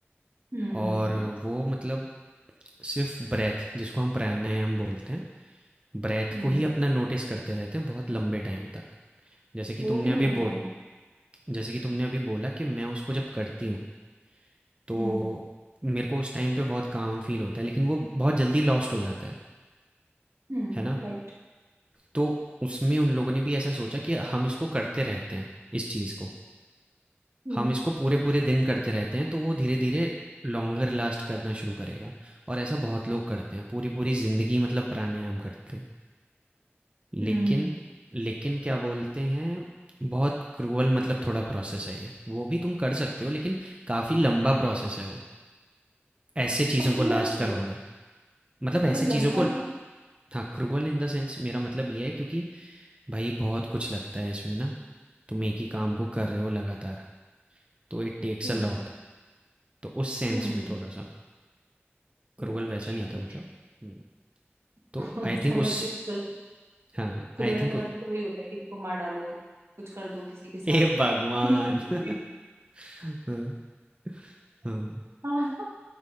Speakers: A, on the right (about 80°); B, on the right (about 25°).
A: हम्म
B: और वो मतलब सिर्फ़ ब्रेथ जिसको हम प्राणायाम बोलते हैं, ब्रेथ
A: हम्म
B: को ही अपना नोटिस करते रहते हैं बहुत लंबे टाइम तक। जैसे कि
A: वो
B: तुमने
A: भी नहीं
B: अभी
A: होता
B: बोल
A: मेरे से।
B: जैसे कि तुमने अभी बोला कि मैं उसको जब करती हूँ तो
A: हम्म
B: मेरे को उस टाइम पे बहुत काम फील होता है लेकिन वो बहुत जल्दी लॉस्ट हो जाता है
A: हम्म
B: है ना
A: राइट
B: तो उसमें उन लोगों ने भी ऐसा सोचा कि हम इसको करते रहते हैं इस चीज़ को
A: हम्म
B: हम इसको पूरे पूरे दिन करते रहते हैं तो वो धीरे धीरे लॉन्गर लास्ट करना शुरू करेगा और ऐसा बहुत लोग करते हैं पूरी पूरी ज़िंदगी मतलब प्राणायाम करते हैं लेकिन
A: हम्म
B: लेकिन क्या बोलते हैं बहुत क्रूअल मतलब थोड़ा प्रोसेस है ये वो भी तुम कर सकते हो लेकिन काफ़ी लंबा प्रोसेस है वो ऐसे
A: अच्छा
B: चीज़ों
A: पक्रिवल
B: को लास्ट
A: क्यों
B: करवाना
A: है
B: मतलब
A: मतलब
B: ऐसे चीज़ों
A: लंबा
B: को
A: है तो-
B: हाँ क्रूअल इन द सेंस मेरा मतलब ये है क्योंकि भाई बहुत कुछ लगता है इसमें ना तुम एक ही काम को कर रहे हो लगातार तो इट टेक्स
A: हम्म
B: अ लॉट तो उस सेंस
A: हम्म
B: में थोड़ा सा क्रूअल
A: राइट
B: वैसा नहीं
A: राइट
B: था मतलब हम्म, तो
A: <laughs>
B: आई थिंक
A: समझ
B: उस
A: गई
B: हाँ
A: क्रूअल
B: आई थिंक
A: का मतलब तो वही होता है किसी को मार डालो कुछ कर दो किसी के साथ
B: ए
A: <laughs>
B: भगवान
A: मेरे को
B: <laughs> हाँ हाँ
A: हाँ